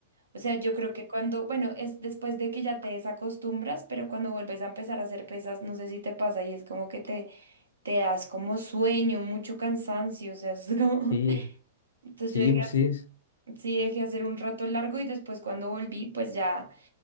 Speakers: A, on the right; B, on the left.
A: O sea, yo creo que cuando, bueno, es después de que ya te desacostumbras, pero cuando vuelves a empezar a hacer pesas, no sé si te pasa y es como que te, te das como sueño, mucho cansancio, o sea, es como...
B: Sí,
A: <laughs> Entonces
B: sí,
A: yo dejé,
B: pues
A: hace-
B: sí.
A: sí dejé hacer un rato largo y después cuando volví, pues ya...